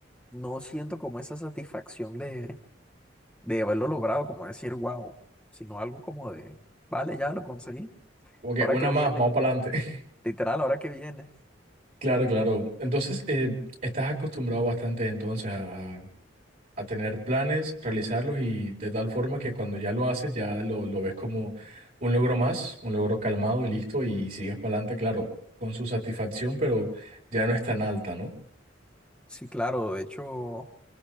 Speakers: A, in the centre; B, on the right (about 50°).
A: no siento como esa satisfacción de, de haberlo logrado, como decir, wow, sino algo como de, vale, ya lo conseguí,
B: como que
A: ahora
B: una
A: que viene,
B: más, vamos para adelante. <laughs>
A: literal, ahora que viene.
B: Claro, claro. Entonces, eh, estás acostumbrado bastante entonces a, a tener planes, realizarlos y de tal forma que cuando ya lo haces, ya lo, lo ves como un logro más, un logro calmado y listo y sigues para adelante, claro, con su satisfacción, pero ya no es tan alta, ¿no?
A: Sí, claro, de hecho,